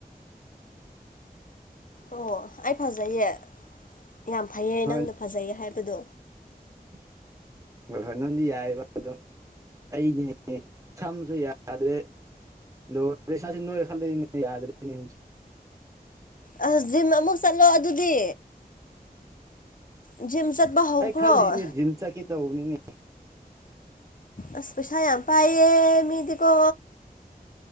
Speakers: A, on the left; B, on the right.
A: ꯑꯣ ꯑꯩ ꯐꯖꯩꯌꯦ ꯌꯥꯝ ꯐꯩꯑꯦ
B: ꯍꯣꯏ
A: ꯅꯪꯅ ꯐꯖꯩꯌꯦ ꯍꯥꯏꯕꯗꯣ
B: <unintelligible> ꯍꯣꯏ ꯍꯣꯏ ꯅꯪꯗꯤ ꯌꯥꯔꯤꯕ ꯑꯗꯣ ꯑꯩꯗꯤꯅꯦ ꯁꯝꯁꯨ ꯌꯥꯗ꯭ꯔꯦ ꯂꯣꯢꯔꯦ ꯢꯁꯥꯁꯦ ꯅꯣꯢꯈꯠꯂꯦꯅꯦ ꯌꯗꯥꯔꯦꯅꯦ
A: ꯑꯁ ꯖꯤꯝ ꯑꯃꯨꯛ ꯆꯠꯂꯣ ꯑꯗꯨꯗꯤ ꯖꯤꯝ ꯆꯠꯄ ꯍꯧꯈ꯭ꯔꯣ
B: ꯑꯩ ꯈꯜꯂꯤꯅꯦ ꯖꯤꯝ ꯆꯠꯀꯦ ꯇꯧꯕꯅꯤꯅꯦ
A: ꯑꯁ ꯄꯩꯁ ꯌꯥꯝ ꯄꯌꯦ ꯃꯤꯗꯤ ꯀꯣ